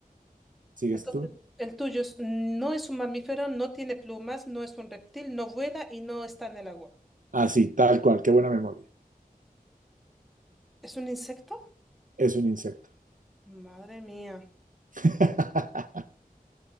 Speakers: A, on the right (about 60°); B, in the centre.
A: ¿Sigues
B: Entonces,
A: tú?
B: el tuyo es- no es un mamífero, no tiene plumas, no es un reptil, no vuela y no está en el agua.
A: Ah, sí, tal cual, qué buena memoria.
B: ¿Es un insecto?
A: Es un insecto.
B: Madre mía.
A: <laughs>